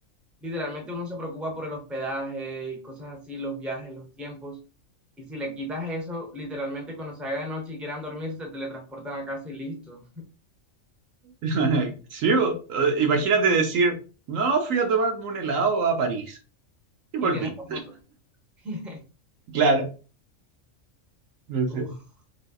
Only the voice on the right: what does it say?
<laughs> Sí, bo. Eh, imagínate decir, no, fui a tomarme un helado a París y
volví.
Claro, no sé.